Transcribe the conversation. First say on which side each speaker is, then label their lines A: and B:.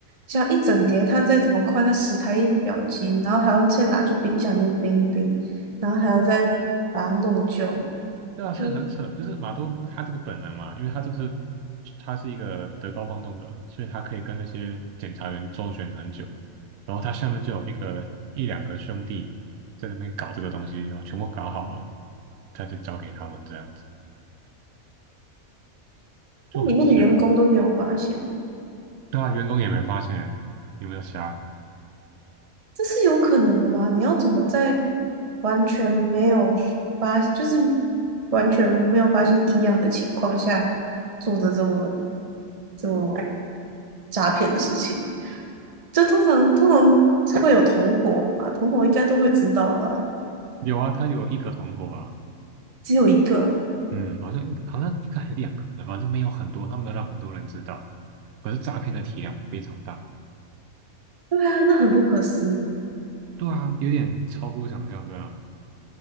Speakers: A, on the right (about 30°); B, on the right (about 90°).
A: 这样一整叠，他再怎么快，他十台印表机，然后还要再拿去冰箱里面冰一冰，然后还要再把它弄旧，
B: 对啊，所以很扯，
A: 就
B: 就是马多夫他这个本能嘛，因为他这个是他是一个德高望重的人所以他可以跟那些检查员周旋很久。然后他下面就有一个一两个兄弟在那边搞这个东西，然后全部搞好了，他就交给他们这样子。就很瞎。
A: 那里面的员工都没有发现，
B: 对啊，员工也没发现欸，有没有瞎？
A: 这是有可能的吗？你要怎么在完全没有发，就是完全没有发现异样的情况下，做着这么这么诈骗的事情？这通常通常会有同伙嘛，同伙应该都会知道的啊
B: 有啊，他有一个同伙啊，
A: 只有一个，
B: 嗯，好像一个好像一个还两个，反正没有很多，他没有让很多人知道。可是诈骗的体量非常大，
A: 对啊，那很不可思议。
B: 对啊，有点超乎想象，这样。